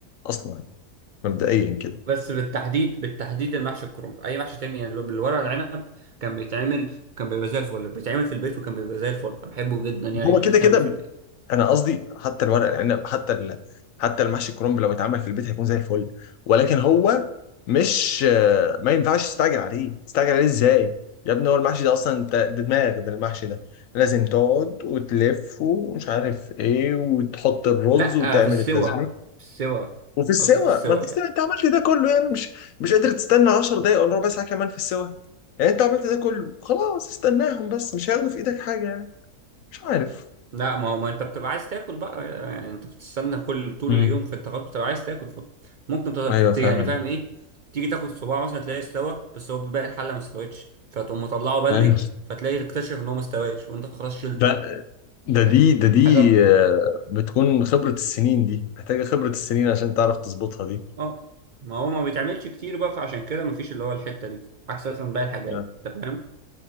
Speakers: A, on the left; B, on the right.
A: اصلا يعني، مبدئيا كده
B: بس بالتحديد بالتحديد المحشي الكرنب اي محشي تاني يعني الورق العنب كان بيتعمل كان بيبقى زي الفل بيتعمل في البيت وكان بيبقى زي الفل بحبه جدا يعني
A: هو
B: لما
A: كده
B: يتعمل
A: كده
B: في البيت
A: انا قصدي حتى الورق العنب حتى ال... حتى المحشي الكرنب لو اتعمل في البيت هيكون زي الفل ولكن هو مش آه، ما ينفعش تستعجل عليه تستعجل عليه ازاي يا ابني هو المحشي ده اصلا انت ده دماغ ده المحشي ده لازم تقعد وتلف ومش عارف ايه وتحط الرز
B: لا
A: وتعمل
B: في السوا
A: التسبيك
B: في السوا
A: وفي السوا
B: قصدي في السوا
A: ما انت
B: يعني
A: أصلاً انت عملت ده كله يعني مش مش قادر تستنى 10 دقايق ولا ربع ساعه كمان في السوا يعني انت عملت ده كله خلاص استناهم بس مش هياخدوا في ايدك حاجه يعني مش عارف
B: لا ما هو ما انت بتبقى عايز تاكل بقى يعني انت بتستنى كل طول
A: امم
B: اليوم في التغدي بتبقى عايز تاكل فممكن تط-
A: ايوه فاهم
B: ت- يعني فاهم ايه تيجي تاخد صباع مثلا تلاقيه استوى بس هو باقي الحله ما استوتش فتقوم مطلعه بدري
A: ايوه
B: فتلاقي تكتشف ان هو ما استواش وانت خلاص شلته
A: ده ده دي
B: ده
A: ده دي
B: حاجه
A: آه، بتكون خبرة السنين دي محتاجة خبرة السنين عشان تعرف تظبطها دي
B: اه ما هو ما بيتعملش كتير بقى فعشان كده ما فيش اللي هو الحته دي عكس مثلا باقي الحاجات
A: آه.
B: انت فاهم